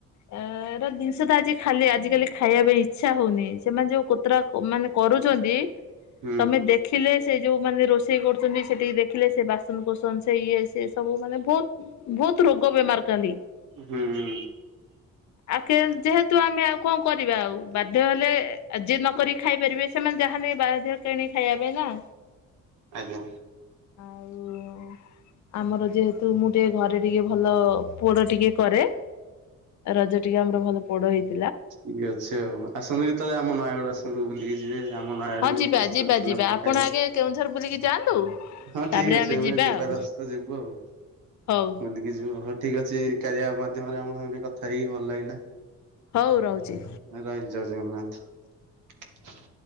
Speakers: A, on the left; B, on the right.
A: ଅ ର ଜିନିଷ ତ ଆଜି ଖାଲି ଆଜିିକାଲି ଖାଇବା ପାଇଁ ଇଚ୍ଛା ହଉନି। ସେମାନେ ଯୋଉ କୁତୁରା ମାନେ କରୁଚନ୍ତି
B: ହୁଁ
A: ତମେ ଦେଖିଲେ ସେ ଯୋଉ ମାନେ ରୋଷେଇ କରୁଛନ୍ତି, ସେଠିକି ଦେଖିଲେ ସେ ବାସନ କସନ ସେ ଇଏ ସ ସେ ସବୁ ମାନେ ବୋହୁତ ବୋହୁତ ରୋଗ ଗୋବେ ମା <unintelligible>
B: ହୁଁ।
A: ଆଉ ଯେହେତୁ ଆମେ ଆଉ କଣ କରିବା ଆଉ ବାଧ୍ୟ ହେଲେ ଯିଏ ନକି ଖାଇପାରିବେ ସେମାନେ ଯାହା ହ କିଣି ଖାଇବା ପାଇଁ ନା।
B: ଆଜ୍ଞା।
A: ଆଉ ଆମର ଯେହେତୁ ମୁଁ ଟିକେ ଘରେ ଟିକେ ଭଲ ପୋଡ ଟିକେ କରେ, ରଜ ଟିକେ ଆମର ଭଲ ପୋଡ ହେଇ
B: ଠିକ ଅଛି ଆଉ ଆସନ୍ତୁ କେତେବେଳେ ଆମ ନୟାଗଡ ଆସନ୍ତୁ ବୁଲିକି ଯିବେ। ମନ ଆଡେ
A: ହଁ
B: ବି
A: ଯିବା
B: ପ୍ରସିଦ୍ଧ
A: ଯିବା
B: ଛେନା
A: ଯିବା
B: ପୋଡ
A: ଆପଣ
B: ଖାଇବେ।
A: ଆଗେ କେଉଁଝର ବୁଲିକି ଯାଆନ୍ତୁ।
B: ହଁ
A: ତାପରେ
B: ଠିକ ଅଛି,
A: ଆମେ
B: ଏବେ
A: ଯିବା
B: ଯିବାାରସ
A: ଆଉ
B: ଯିବୁ ଆଉ।
A: ହଉ
B: ବୁଲିକି ଯ ହଉ ଠିକ ଅଛି, କାରିଆ ମାଧ୍ୟମରେ ଆମ ସାଙ୍ଗରେ କଥା ହେଇକି ଭଲ ଲାଗିଲା।
A: ହଉ ରହୁଛି
B: ରହିଲ ଜୟ ଜଗନ୍ନାଥ।